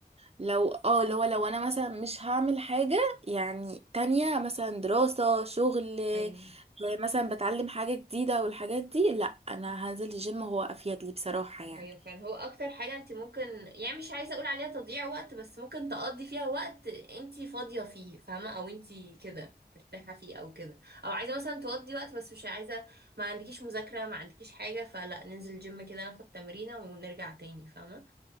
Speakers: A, on the right; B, on the right.
A: لو اه اللي هو لو انا مثلا مش هعمل حاجه يعني تانية مثلا دراسه شغل آه،
B: ايوه
A: مثلا بتعلم حاجه جديده والحاجات دي لا انا هنزل الجيم هو افيد لي بصراحه يعني
B: ايوه فعلا هو اكتر حاجه انت ممكن يعني مش عايزه اقول عليها تضييع وقت بس ممكن تقضي فيها وقت انت فاضيه فيه فاهمه او انت كده مرتاحه فيه او كده او عايزه مثلا تقضي وقت بس مش عايزه ما عندكيش مذاكره ما عندكيش حاجه فلا ننزل جيم كده ناخد تمرينه ونرجع تاني فاهمه